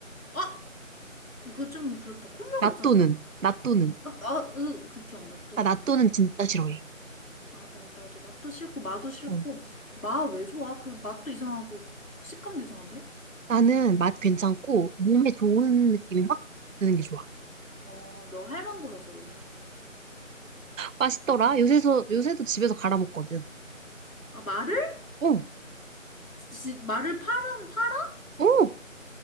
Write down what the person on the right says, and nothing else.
낫또는,
낫또는.
나
낫또는 진짜 싫어해.
어.
나는 맛 괜찮고 몸에 좋은 느낌이 확 드는 게 좋아.
맛있더라. 요새서, 요새도 집에서 갈아 먹거든.
어,
어.